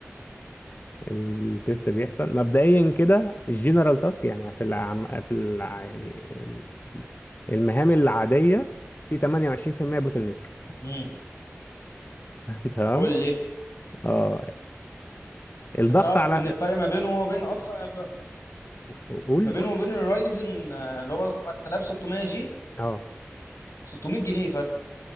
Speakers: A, on the left; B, on the left.
A: التيست بيحصل مبدئيا كده الجنرال تاسك يعني في العم... في الع... يعني ال- المهام العاديه في 28% بوتل نيك
B: امم
A: <laughs> تمام
B: قول لي
A: اه الضغط
B: انت تعرف
A: على
B: ان الفرق ما بينه وما بين اصلا الر-
A: قول
B: ما بينه
A: قول
B: وما بين الرايزن آه، اللي هو ال 5600 جي
A: اه
B: 600 جنيه فرق